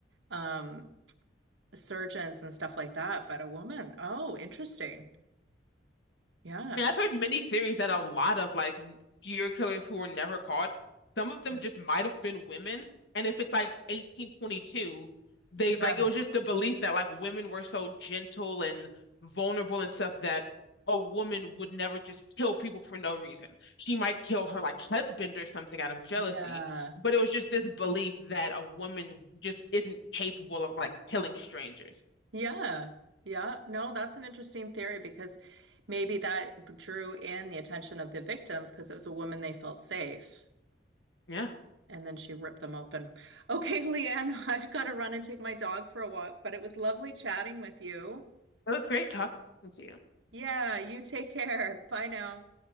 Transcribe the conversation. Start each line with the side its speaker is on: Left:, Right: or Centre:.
Right: um surgeons and stuff like that, but a woman. Oh, interesting. Yeah.
Left: mean, I've heard many theories that a lot of like n- serial killers who were never caught, some of them
Right: Yeah.
Left: just might have been women. And if it's like 1822, they
Right: Yeah.
Left: like it was just the belief that like women were so gentle and vulnerable and stuff that a woman would never just kill people for no reason. She might kill her like husband or something out of jealousy,
Right: Yeah.
Left: but it was just this belief that a woman just isn't capable of like killing strangers.
Right: Yeah. Yeah. No, that's an interesting theory because maybe that drew in the attention of the victims because it was a woman they felt safe.
Left: Yeah,
Right: And then she ripped them open. Okay, Leanne, <laughs> I've got to run and take my dog for a walk, but it was lovely chatting with you.
Left: it was great talking to you.
Right: Yeah, you take care. Bye now.